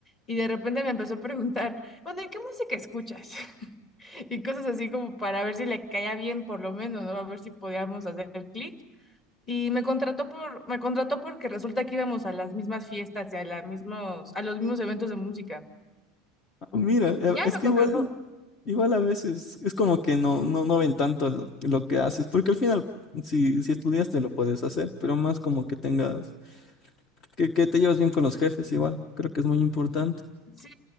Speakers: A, on the left; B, on the left.
A: Y de repente me empezó a preguntar, bueno, ¿y qué música escuchas? <laughs> y cosas así como para ver si le caía bien por lo menos, ¿no? A ver si podíamos hacer clic. Y me contrató por, me contrató porque resulta que íbamos a las mismas fiestas y a las mismos, a los mismos eventos de música.
B: Ah, Mira, eh,
A: Y ya
B: es
A: me
B: que
A: contrató,
B: igual, igual a veces es como que no, no, no ven tanto lo, lo que haces, porque al final si, si estudiaste lo puedes hacer, pero más como que tengas, que, que te llevas bien con los jefes igual, creo que es muy importante.
A: Sí,